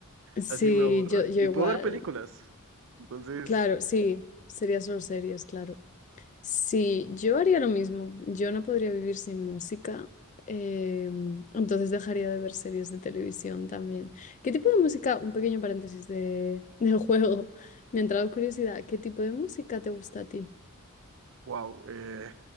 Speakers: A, on the left (about 35°); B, on the right (about 60°).
A: Sí,
B: así me aburra.
A: yo, yo
B: Y
A: igual.
B: puedo ver películas. Entonces,
A: Claro, sí, sería solo series, claro. Sí, yo haría lo mismo. Yo no podría vivir sin música, em, entonces dejaría de ver series de televisión también. ¿Qué tipo de música? Un pequeño paréntesis de, <laughs> del juego. Me ha entrado curiosidad. ¿Qué tipo de música te gusta a ti?
B: wow, eh,